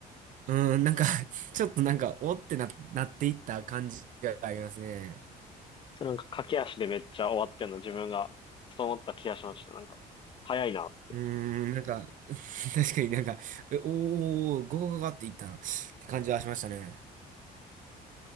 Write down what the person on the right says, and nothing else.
うん、なんか <laughs> ちょっとなんか、おってな、なっていった感じがありますね。
うーん、なんか、<laughs> 確かになんか、えおー、ゴゴゴゴっていったな、って感じはしましたね。